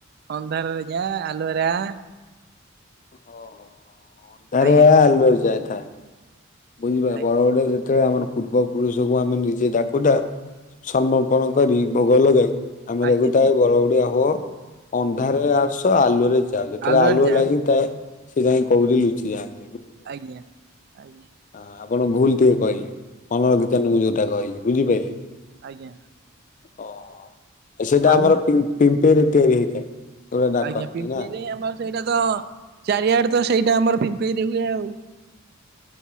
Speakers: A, on the right; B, on the left.
A: ଅନ୍ଧାରରେ ଯା ଆଲୁଅରେ ଆ।
B: ଓହୋ ଅନ୍ଧାରରେ
A: ଆଜ୍ଞା
B: ଆ-ଆଲୁଅରେ ଯାଇଥାଏ। ବୁଝିପାଇଲେ
A: ଆଜ୍ଞା
B: ବରଗଡ ଯେତେବେଳେ ଆମର ପୂର୍ବ ପୁରୁଷକୁ ଆମେ ନିଜେ ଡାକୁଟା ସମର୍ପଣ କରି ଭୋଗ ଲଗାଇ ଆମେ
A: ଆଜ୍ଞା
B: ଦେଖୁଥାଉ ବଡ ବୁଡିଆ ହୋ ଅନ୍ଧାରରେ ଆସ ଆଲୁଅରେ ଯା ଯେତେବେଳେ
A: ଆଲୁଅରେ
B: ଆଲୁଅ
A: ଯା
B: ଲାଗିଥାଏ ସେ ଯାଇଁ କଉଠି ଲୁଚିଯାଆନ୍ତି।
A: ଆଜ୍ଞା -ଆଜ୍ଞା।
B: ହଁ ଆପଣ ଭୁଲ୍ ଟିକେ କହିଲେ <unintelligible> ଯଉଟା କହିଲି ବୁଝିପାଇଲେ।
A: ଆଜ୍ଞା।
B: ଓହ ସେଇଟା
A: ଆଉ
B: ଆମର
A: କଣ
B: ପିମ୍ପେ- ପିମ୍ପେଇରେ ତିଆରି ହେଇଥାଏ। ତେବେ ଡାକନ୍ତି
A: ଆଜ୍ଞା ପିମ୍ପେଇରେ
B: ନା।
A: ଆମର ସେଇଟା ତ ଚାରିଆଡେ ତ ସେଇଟା ଆମର ପିମ୍ପେଇରେ ହୁଏ ଆଉ।